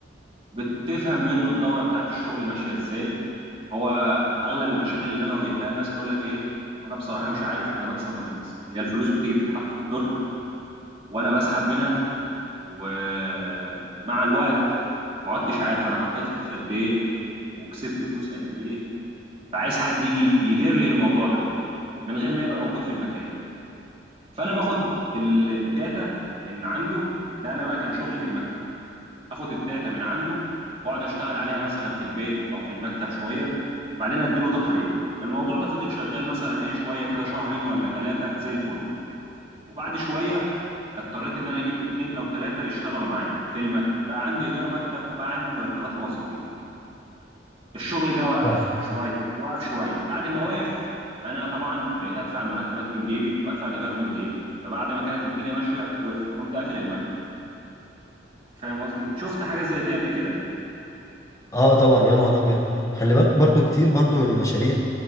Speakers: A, on the right; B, on the left.
A: بتفهم منه الدوره بتاعت الشغل ماشيه ازاي هو اغلب المشاكل اللي انا واجهتها الناس تقول لك ايه انا بصراحه مش عارف انا بكسب ولا بخسر هي الفلوس بتيجي تتحط في الدرج وانا بسحب منها ومع الوقت ما عدتش عارف انا حطيت فلوس قد ايه وكسبت فلوس قد ايه فعايز حد يجي يدير لي الموضوع ده من غير ما يبقى موجود في المكان فانا باخد ال- الداتا من عنده ده انا بقى كان شغلي في المكتب اخد الداتا من عنده واقعد اشتغل عليها مثلا في البيت او في المكتب شويه وبعدين اديله تقارير الموضوع ده فضل شغال مثلا ايه شويه كده شهرين ولا ثلاثه زي الفل وبعد شويه اضطريت ان انا اجيب اتنين او ثلاثه يشتغلوا معايا في المكتب بقى عندي ايجار مكتب وبقى عندي مرتبات موظفين الشغل جه وقف
B: اه
A: شويه وقف شويه بعد ما وقف انا طبعا بقيت ادفع المرتبات من جيبي وادفع الايجار من جيبي فبعد ما كانت الدنيا ماشيه وقفت قمت قافل المكتب فاهم قصدي شفت حاجه زي دي قبل كده
B: آه طبعا يا نهار ابيض خلي بالك برضو كتير برضو من المشاريع